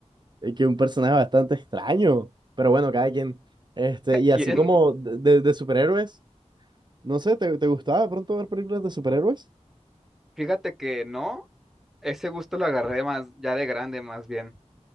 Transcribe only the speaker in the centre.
<laughs> ¿A
quién?
Fíjate que no, ese gusto lo agarré más, ya de grande más bien.